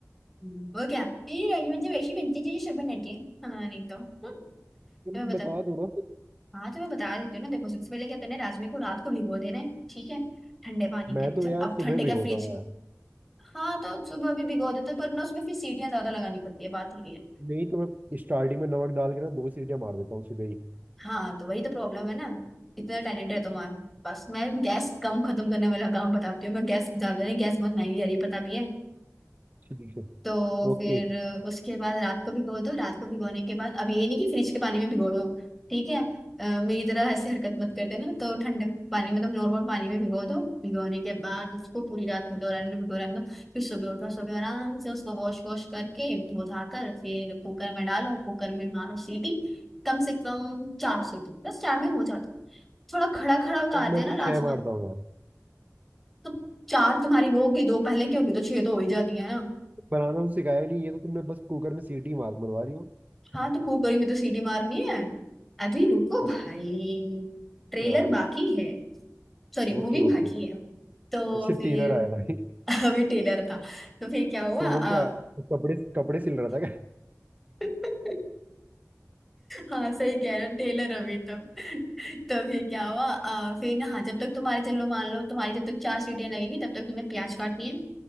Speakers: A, in the centre; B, on the right.
A: वो क्या ये राजमा जब ऐसी बनती है जैसे सब बनाते हैं हाँ नहीं तो हम्म, तो
B: तुम
A: मैं
B: तो
A: बता
B: बता दो ना फिर।
A: हाँ तो मैं बता देती हूँ ना देखो सबसे पहले क्या करना है राजमे को रात को भिगो देना है ठीक है ठंडे पानी के
B: मैं
A: अंदर
B: तो यार
A: अब
B: सुबह
A: ठंडे
B: भिगोता
A: क्या फ्रिज
B: हूँ यार
A: हाँ तो सुबह भी भिगो देते पर ना उसमें फिर सीटियाँ ज्यादा लगानी पड़ती है बात ये है
B: नहीं तो मैं स्टार्टिंग में नमक डाल के ना दो सीटियां मार देता हूँ सुबह ही
A: हाँ तो वही तो प्रॉब्लम है ना इतना टैलेंट है तुम्हारे पास मैं गैस कम खत्म करने वाला काम बताती हूँ मैं गैस ज्यादा नहीं गैस बहुत महंगी जा रही है पता भी है
B: ठीक है
A: तो
B: ओके
A: फिर उसके बाद रात को भिगो दो रात को भिगोने के बाद अब ये नहीं कि फ्रिज के पानी में भिगो दो ठीक है अ, मेरी तरह ऐसे हरकत मत कर देना तो ठंडे पानी में तो नॉर्मल पानी में भिगो दो भिगोने के बाद उसको पूरी रात भिगो रहने दो भिगो रहने दो फिर सुबह उठो सुबह आराम से उसको वॉश वॉश करके धो धा कर फिर कुकर में डालो कुकर में मारो सीटी कम से कम चार सीटी बस चार में हो जाता है। थोड़ा खड़ा खड़ा उतारते
B: यार मैं
A: हैं
B: तो
A: ना राजमा
B: छह मारता हूँ यार
A: तो चार तुम्हारी वो होगी दो पहले की होगी तो छह तो हो ही जाती है ना
B: बनाना तो सिखाया नहीं ये तो तुमने बस कुकर में सीटी मार मरवा रही हो
A: हाँ तो कुकरी में तो सीटी मारनी है अभी रुको
B: उसके
A: भाई ट्रेलर
B: अच्छा
A: बाकी है सॉरी मूवी
B: Okay okay
A: बाकी है तो
B: अच्छा
A: फिर
B: टेलर आया था
A: <laughs> अभी ट्रेलर था तो फिर क्या हुआ
B: तो
A: अ,
B: वो क्या कपड़े कपड़े सिल रहा था क्या
A: <laughs> हाँ सही कह रहे हो टेलर अभी तो <laughs> तो फिर क्या हुआ अ, फिर ना हाँ जब तक तुम्हारे चलो मान लो तुम्हारी जब तक चार सीटियां लगेगी तब तक तुम्हें प्याज काटनी है